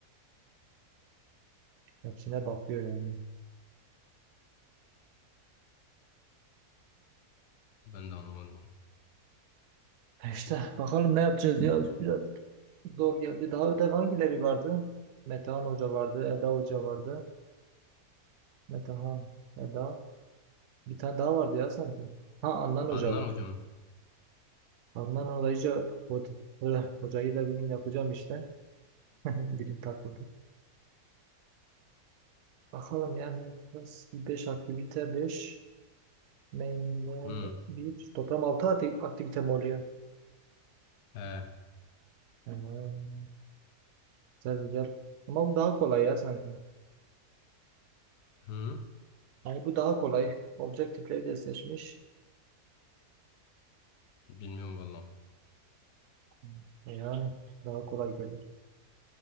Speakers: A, on the right; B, on the left.
A: Hepsine bakıyor yani.
B: Ben de anlamadım onu.
A: E İşte bakalım ne yapacağız ya biraz zor geldi. Daha ödev hangileri vardı? Metehan Hoca vardı, Eda Hoca vardı. Metehan, Eda. Bir tane daha vardı ya sanki. Ha Adnan Hoca
B: Adnan
A: vardı.
B: hocam.
A: Handan hocayı, hoca, hoca- hocayı da bugün yapacağım işte. <laughs> Dilim takıldı. Bakalım yani biraz 5 aktivite 5 main'de
B: Hı.
A: bir toplam 6 aktivite mi oluyor?
B: He.
A: Hmm, güzel güzel. Ama bu daha kolay ya sanki.
B: Hı.
A: Yani bu daha kolay. Objektifleri de seçmiş.
B: Bilmiyorum valla.
A: Hmm, Yani daha kolay gelir.